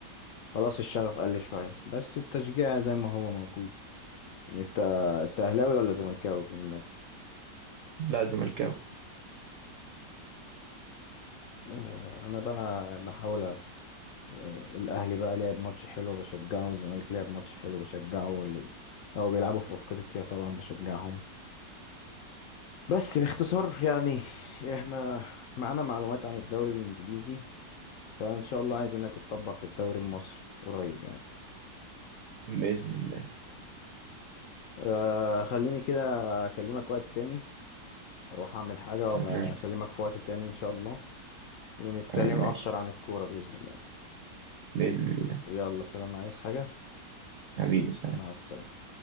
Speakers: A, on the left; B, on the right.
A: خلاص الشغف قل شوية بس التشجيع زي ما هو موجود يعني انت انت اهلاوي ولا زملكاوي بالمناسبة
B: لا زملكاوي
A: آه، انا بقى بحاول أ- آه، الاهلي بقى لعب ماتش حلو بشجعه والزمالك لعب ماتش حلو بشجعه واللي لو بيلعبوا في افريقيا طبعا بشجعهم بس باختصار يعني احنا معانا معلومات عن الدوري الانجليزي فان شاء الله عايزينها تتطبق في الدوري المصري قريب يعني
B: بإذن الله
A: آه خليني كده أكلمك وقت تاني أروح أعمل حاجة
B: تمام
A: وأبقى أكلمك في وقت تاني إن شاء الله ونتكلم
B: تمام
A: أكتر
B: ماشي
A: عن الكورة بإذن الله
B: بإذن الله
A: يلا سلام عايز حاجة
B: حبيبي سلام
A: مع السلامة